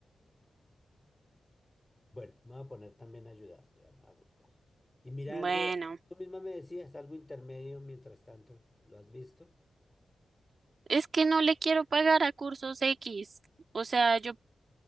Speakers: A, on the left; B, on the right.
A: Bueno, me voy a poner también a ayudarte a, a buscar. Y mira
B: Bueno,
A: algo, tú misma me decías, algo intermedio mientras tanto, ¿lo has visto?
B: es que no le quiero pagar a cursos X. O sea, yo